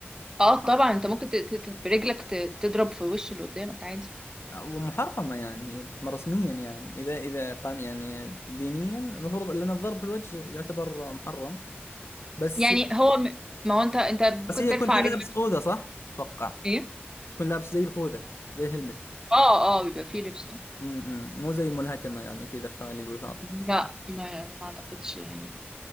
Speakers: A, on the right (about 15°); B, on the left (about 75°).
A: أه طبعا أنت ممكن ت- ت- برجلك ت- تضرب في وش اللي قدامك عادي
B: ومحرمه يعني هي رسميا يعني اذا اذا قان يعني دينيا المفروض لان الضرب في الوجه يعتبر محرم بس
A: يعني هو م- ما هو أنت أنت ممكن
B: بس هي
A: ترفع
B: يكون في
A: رجلك
B: لابس خوذه صح؟ اتوقع
A: إيه
B: تكون لابس زي الخوذه زي الهلمت
A: أه أه بيبقى فيه لبس أه
B: امم مو زي الملهكمه يعني كذا خالي الوفاض
A: لا ما ما أعتقدش يعني